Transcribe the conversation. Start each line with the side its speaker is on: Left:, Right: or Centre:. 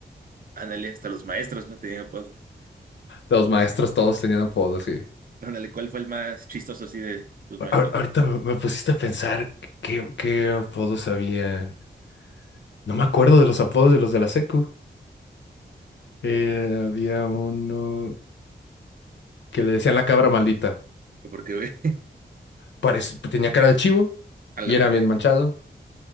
Right: ándale, hasta los maestros no tenían apodo.
Left: los maestros todos tenían apodos, sí.
Right: Ándale, ¿cuál fue el más chistoso así de tus maestros?
Left: A- Ahorita me me pusiste a pensar qué, qué apodos habían. No me acuerdo de los apodos de los de la secu. Eh, había uno que le decían la cabra maldita.
Right: Porque, güey, <laughs>
Left: Parec- tenía cara de chivo
Right: a la
Left: y
Right: madre,
Left: era bien manchado.